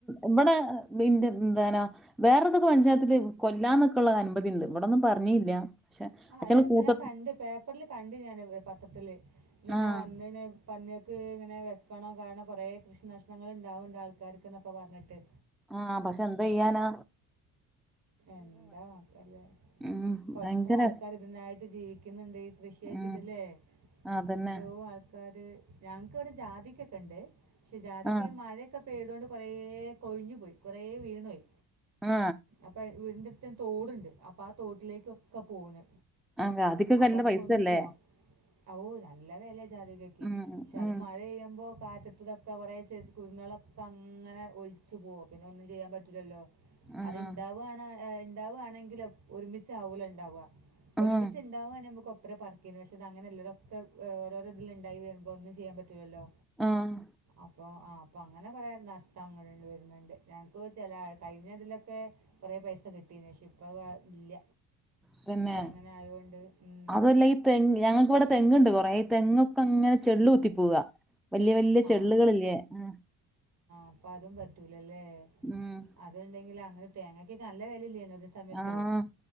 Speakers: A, in the centre; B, on the right.
A: ഇവിടെ ബിന്റ എന്താനോ വേറെതൊക്കെ പഞ്ചായത്തില് കൊല്ലാന്നൊക്കെുള്ള അനുമതി ഉണ്ട്. ഇവിടൊന്നും പറഞ്ഞില്ല. പക്ഷെ
B: ആ
A: അയ്റ്റങ്ങള്
B: അ ഞാല്
A: കൂട്ട
B: ഞാൻ കണ്ട് പേപ്പറില് കണ്ടു. ഞാനത് പത്രത്തില് ഇങ്ങനെ
A: ആഹ്
B: വന്ന് ന്ന് പന്നി ക്ക് ഇങ്ങനെ വെക്കണോ കാരണം കൊറേ കൃഷി നഷ്ട്ടണങ്ങൾ ഉണ്ടാവുണ്ട്. ആൾക്കാർക്ക് എന്നൊക്കെ പറഞ്ഞിട്ട്.
A: ആ പക്ഷെ എന്താ ചെയ്യാനാ.
B: എന്താ ക്കല്ലേ
A: ഉം ഭയങ്കര
B: എത്ര ആൾക്കാർ ഇതിനായിട്ട് ജീവിക്കുന്നുണ്ട് ഈ കൃഷിവെച്ചിട്ടില്ലേ?
A: ഉം അതന്നെ
B: എത്രയോ ആൾക്കാർ ഞങ്ങക്ക്വിടെ ജാതിക്കൊക്കെ ഉണ്ട് പക്ഷെ ജാതിക്ക
A: ആഹ്
B: ഈ മഴയൊക്കെ പൈതോണ്ട് കൊറേ കൊഴിഞ്ഞു പോയി. കൊറെ വീണു പോയി.
A: ആ
B: അപ്പയ് വീടിൻ്റെ അടുത്തന്നെ തോടുണ്ട്. അപ്പാ തോട്ടിലേക്ക് ഒക്കെ പോകണ്.
A: ആഹ് അതിക്കൊക്കെ
B: അപ്പമ്മക്ക്
A: നല്ല പൈസല്ലേ
B: ഒന്ന് ചെയാ ഓ നല്ല വെല ചാതികക്ക്.
A: ഉം
B: പക്ഷെ അത്
A: ഉം
B: മഴ പെയ്യുമ്പോ കാറ്റത്തതൊക്കെ കുറെ ചെടി കുരുന്നുകളൊക്കെ അങ്ങനെ ഒലിച്ച് പോകും. പിന്നെ ഒന്നും ചെയ്യാൻ പറ്റില്ലല്ലോ.
A: ആഹ്
B: അതെ എന്ത ണ്ടാവാണെങ്കില് ഒരുമിച്ചാവൂലണ്ടാവുക. ഒരുമിച്ച്
A: ആഹ്
B: ണ്ടാവാണെങ്കി മ്മക്കൊപ്പ ഇത്ര പറിക്കിൻ പക്ഷെ ഇതങ്ങനെല്ല, തൊക്കെ ഓരോരോ ഇതില് ഉണ്ടായി വരുമ്പോൾ ഒന്നും ചെയ്യാൻ പറ്റുലല്ലോ.
A: ആഹ്
B: അപ്പൊ ആ അപ്പൊ അങ്ങനെ കൊറെ നഷ്ടങ്ങൾ വരുന്നുണ്ട്. ഞങ്ങൾക്ക് ചില, കഴിഞ്ഞതിലൊക്കെ കുറെ പൈസ കിട്ടിന്നു. പക്ഷേ ഇപ്പ വാ ഇല്ല.
A: പിന്നെ,
B: ഇതങ്ങനെ ആയതുകൊണ്ട്
A: അതല്ല ഈ തെങ്ങ്. ഞ ങ്ങക്ക് ഇവിടെ തെങ്ങുണ്ട് കുറെ, ഈ തെങ്ങൊക്കെ അങ്ങനെ ചെളള്കുത്തി പോവാ വല്യ വല്യ
B: ആ
A: ചെള്ളുകളില്ലേ. ആ
B: അപ്പ അതും പറ്റൂലല്ലേ.
A: ഉം
B: അതുണ്ടെങ്കിൽ അങ്ങനെ തേങ്ങക്ക് ഒക്കെ നല്ല വില ഇല്ലെന്നോ ചില സമയത്ത്.
A: ആഹ്